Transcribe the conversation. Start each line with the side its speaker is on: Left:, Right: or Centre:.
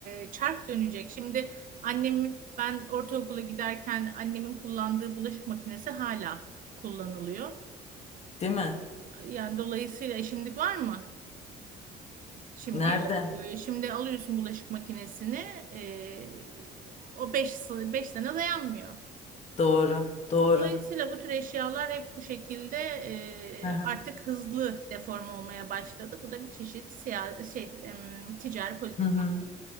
Right: e, çark dönecek. Şimdi annem ben ortaokula giderken annemin kullandığı bulaşık makinesi hala kullanılıyor.
Left: Değil mi?
Right: Ee, yani dolayısıyla e, şimdilik var mı? Şimdi
Left: Nerede?
Right: yok. Ee, şimdi alıyorsun bulaşık makinesini. ee, o beş 5 sene dayanmıyor.
Left: Doğru, doğru.
Right: Dolayısıyla bu tür eşyalar hep bu şekilde ee,
Left: Hı hı.
Right: artık hızlı deforme olmaya başladı. Bu da bir çeşit siya şey, em, ticari politika.
Left: Hı hı.